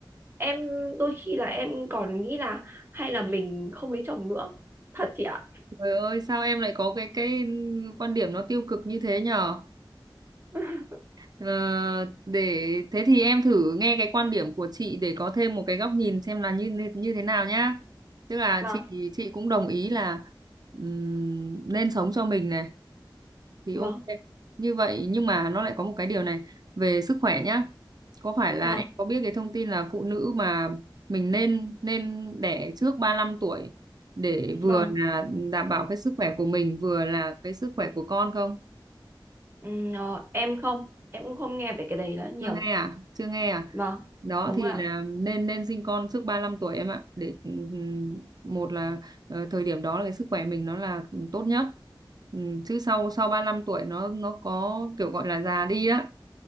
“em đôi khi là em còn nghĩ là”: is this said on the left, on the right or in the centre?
Right